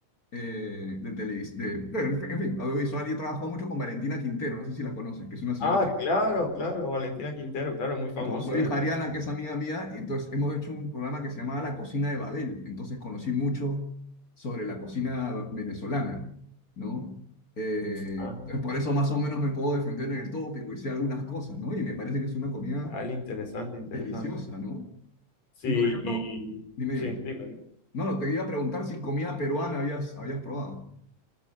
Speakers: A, on the left; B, on the left.
A: eh, de televisión, de, de- en fin, audiovisual y he trabajado mucho con Valentina Quintero, no sé si la conoces, que es una señora
B: Ah,
A: que,
B: claro, claro. Valentina Quintero, claro, es muy famosa.
A: y con su hija
B: eh.
A: Ariana, que es amiga mía, y entonces hemos hecho un programa que se llamaba La Cocina de Babel. Entonces conocí mucho sobre la cocina venezolana, ¿no? Eh,
B: Ah,
A: por eso más o menos me puedo defender en el tópico y sé algunas cosas, ¿no? Y me parece que es una comida
B: al- interesante, interesante.
A: deliciosa, ¿no?
B: Sí,
A: Y por ejemplo,
B: y
A: dime,
B: sí,
A: dime.
B: dime.
A: No, no, te iba a preguntar si comida peruana habías, habías probado.